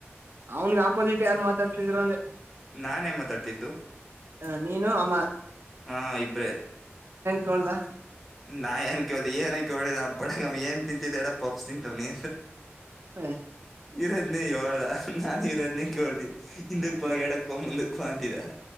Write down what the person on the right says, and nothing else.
ಅವನ್ಗ್ ಆಪೋಸಿಟ್ ಯಾರು ಮಾತಾಡ್ತಿದಿರು ಅಂದೆ
ಹ ನೀನು ಅಮ್ಮ
ಕದಾ <unintelligible>
ಹ್ಮ
ಹ್ಮ್